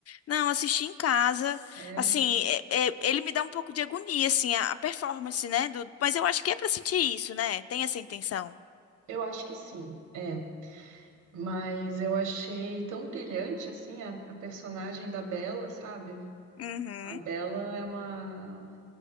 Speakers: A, on the left; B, on the right.
A: Não, assisti em casa.
B: É,
A: Assim, é- é- ele me dá um pouco de agonia, assim, a, a performance, né? do- mas eu acho que é pra sentir isso, né? Tem essa intenção.
B: eu acho que sim, é. Mas eu achei tão brilhante, assim, a, a personagem da Bela, sabe?
A: Uhum.
B: A Bela é uma,